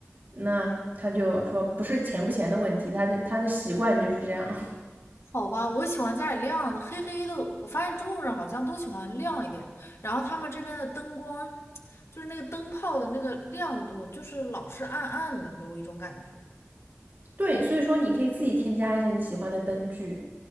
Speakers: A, on the right (about 45°); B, on the left (about 70°).
A: 那他就说不是钱不钱的问题，他的他的习惯就是这样。
B: 好吧，我喜欢家里亮的，黑黑的。我发现中国人好像都喜欢亮一点，然后他们这边的灯光，就是那个灯泡的那个亮度，就是老是暗暗的，给我一种感觉。
A: <laughs> 对，所以说你可以自己添加一些你喜欢的灯具，